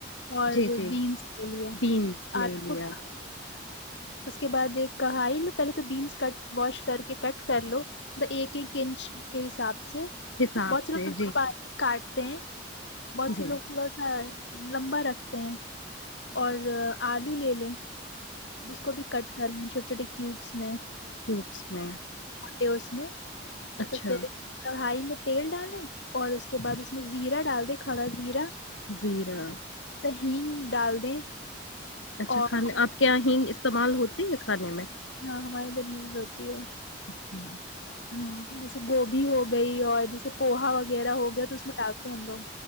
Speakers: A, on the left; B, on the left.
A: اور
B: جی جی
A: بینس لے لیا
B: بینس لے
A: آلو
B: لیا
A: کو اس کے بعد ایک کہ ہی لو پہلے تو بینس کٹ واش کر کے کٹ کر لو ایک ایک انچ کے حساب
B: حساب
A: بچر
B: سے
A: پ
B: جی
A: باہ کے کاٹ تے بچ
B: جی
A: لوگ پا تھ ہے لمبا رکھتے ہیں اور آلو لے لے اس کو بھی کٹ کرنے چھوٹی چٹیے کیوبس میں
B: وبس میں
A: و اس میں
B: اچھا
A: تو پھر کڑھائی میں تیل ڈالے اور اس کے بعد اس میں زیرا ڈال دے کھڑا زیرا
B: زیرہ
A: ہگ ڈال دیں
B: اچھا
A: اور
B: کھان آپ کیا ہی استعمال ہوتی ہے کھانے میں
A: اں ہمارے ادھر یوز ہوتی ہے
B: اچھا
A: ہاں جیسے گوبھی ہو گئی اور جیسے پوہا وہ وغیرہ ہو گیا تو اس میں ڈالتے ہیں ہم لوگ